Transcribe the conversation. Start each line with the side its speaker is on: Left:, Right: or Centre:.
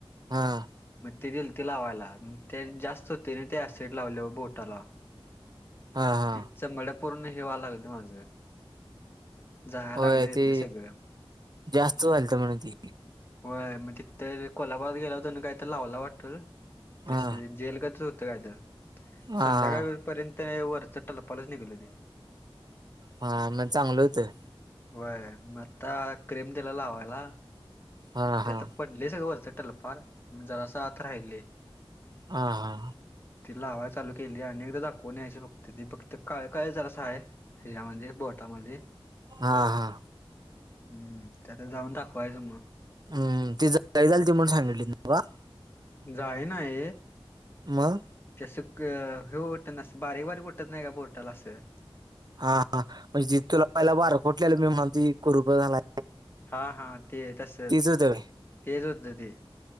Right: हा.
Left: मग ते दिलती लावायला म ते जास्त होतय ना ते ऍसिड लावल्यावर बोटाला
Right: हा हा
Left: तिथ चंमड पूर्ण हे व्हाय लागलं माझ जलाय
Right: होय
Left: लागलं तिथल
Right: ते
Left: सगळ
Right: जास्त व्हालत म्हणून ती
Left: होय म तिथ कोल्हापुरात गेलो होतो, त्यांन कायतर लावला वाटत. त्या
Right: हा
Left: असं जेल कायतर होतं काय तर
Right: हा
Left: संध्याकाळ
Right: हा
Left: पर्यंत वरचं टरपालच निघलं ते
Right: हा म चांगलं होतं.
Left: व्हय म आता क्रीम दिला लावायला.
Right: हा
Left: ते
Right: हा
Left: आता पडलय सगळं वरच टलपार जरास आता राहिलय.
Right: हा हा
Left: ती लावाय चालू केलीय. आणि एकदा दाखवून यायच फक्त ती फक्त काळ काय जरासं हाय. हिजामध्ये बोटामध्ये
Right: हा हा
Left: हम्म, ते आता जाऊन दाखवायच म
Right: हम्म ती <unintelligible> झालती म्हणून सांगितली <unintelligible>
Left: जाळी नाय.
Right: म
Left: ते असं क हे होट अस बारीक बारीक उटत नाय का बोटाला असं
Right: हा हा म्हणजे तुला पहिला बार कोटल्याल मी म्हणतोय कुरुप झालाय.
Left: हा हा ते तसच,
Right: तीच होत काय
Left: तेज होतं ते